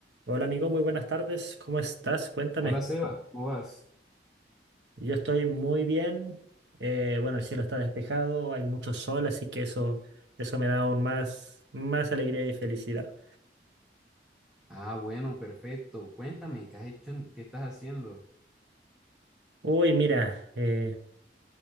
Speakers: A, on the right (about 80°); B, in the centre.
A: Hola amigo, muy buenas tardes. ¿Cómo estás? Cuéntame.
B: Hola Seba, ¿cómo vas?
A: Yo estoy muy bien. Eh, bueno, el cielo está despejado, hay mucho sol, así que eso, eso me da aún más, más alegría y felicidad.
B: Ah, bueno, perfecto. Cuéntame, ¿qué has hecho? en- ¿Qué estás haciendo?
A: Uy, mira, eh,